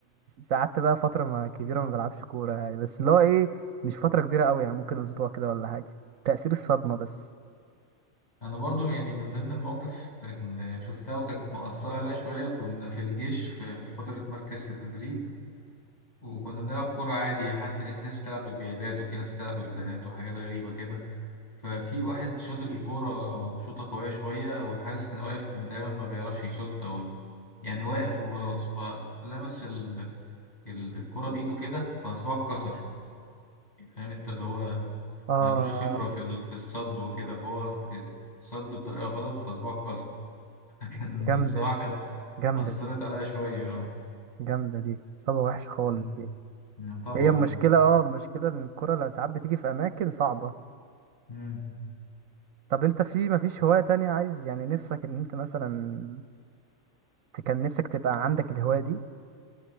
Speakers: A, on the right (about 75°); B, on the left (about 30°).
A: فقعدت بقى فترة ما كبيرة ما بلعبش كورة يعني بس اللي هو ايه مش فترة كبيرة قوي يعني ممكن اسبوع كده ولا حاجة تأثير الصدمة بس
B: انا برضو يعني من ضمن المواقف اللي شفتها وكانت مأثرة عليا شوية كنا في الجيش في فترة مركز التدريب وكنا بنلعب كرة عادي حتى كان في ناس بتلعب بالبيادات وفي ناس بتلعب بالبادات وحاجات غريبة كده ففي واحد شاط الكورة شوطة قوية شوية والحارس كان واقف كان تقريبا ما بيعرفش يصد أو يعني واقف وخلاص فلمس ال- الكرة بإيده كده فصباعه اتكسر فاهم انت اللي هو
A: اه
B: معلوش خبرة في ال- في الصد وكده فهو ص- صد بطريقة غلط فصباعه اتكسر <laughs> كان
A: جامدة
B: الصراحة
A: دي
B: كانت
A: جامدة
B: أثرت
A: دي
B: عليا شوية اه
A: جامدة دي صدمة وحشة خالص
B: مم.
A: دي
B: مم، طبعا
A: هي المشكلة
B: اه
A: اه المشكلة ان الكورة اللي ساعات بتيجي في اماكن صعبة
B: مم.
A: طب انت في مفيش هواية تانية عايز يعني نفسك ان انت مثلا ت- كان نفسك تبقى عندك الهواية دي